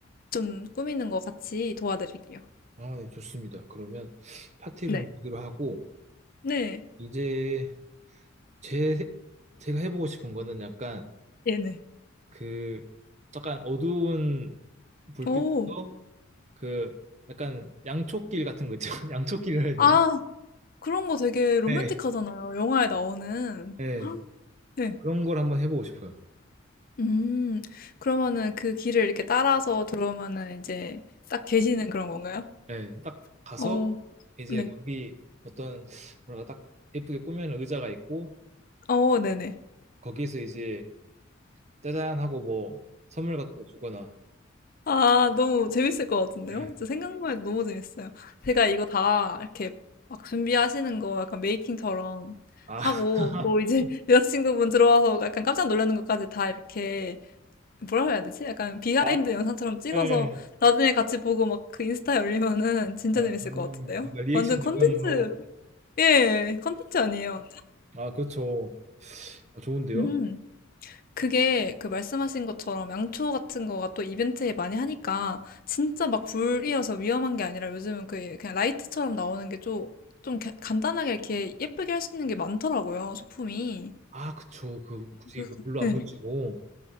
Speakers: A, on the left (about 45°); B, on the right (about 35°).
A: 좀 꾸미는 거 같이 도와드릴게요.
B: 아, 네, 좋습니다. 그러면 파티룸
A: 네.
B: 거기로 하고,
A: 네.
B: 이제 제, 제가 해보고 싶은 거는 약간
A: 네네.
B: 그, 약간 어두운 불빛도
A: 오.
B: 그, 약간 양초길 같은 거 있죠? <laughs> 양초길이라 해야 되나?
A: 아 그런 거 되게 로맨틱하잖아요,
B: 네.
A: 영화에 나오는.
B: 네.
A: 네.
B: 그런 걸 한번 해보고 싶어요.
A: 음. 그러면은 그 길을 이렇게 따라서 들어오면은 이제 딱 계시는 그런 건가요?
B: 네, 딱 가서
A: 어. 어.
B: 이제
A: 네.
B: 거기 어떤 뭐랄까 딱 예쁘게 꾸며놓은 의자가 있고
A: 어 네네.
B: 거기에서 이제 짜잔 하고 뭐 선물 같은 거 주거나
A: 아, 너무 재밌을 것 같은데요?
B: 네.
A: 진짜 생각만 해도 너무 재밌어요. 제가 이거 다 이렇게 막 준비하시는 거 약간 메이킹처럼
B: 아,
A: 하고,
B: <laughs>
A: 또 이제 <laughs> 여자친구분 들어와서 약간 깜짝 놀라는 것까지 다 이렇게, 뭐라고 해야 되지? 약간 비하인드
B: 아,
A: 영상처럼 찍어서
B: 네.
A: 나중에 같이 보고 막 그 인스타에 올리면은 진짜
B: 아,
A: 재밌을 것 같은데요?
B: 약간 리액션
A: 완전 컨텐츠,
B: 영상으로
A: 예, 컨텐츠 아니에요.
B: 아 그렇죠 아, 좋은데요
A: 음. 그게 그 말씀하신 것처럼 양초 같은 거가 또 이벤트에 많이 하니까 진짜 막 불이어서 위험한 게 아니라 요즘은 그 그냥 라이트처럼 나오는 게 좀, 좀 가- 간단하게 이렇게 예쁘게 할 수 있는 게 많더라고요, 소품이.
B: 아 그쵸 그 굳이
A: 그래서-
B: 그 물로
A: 네,
B: 안 붙이고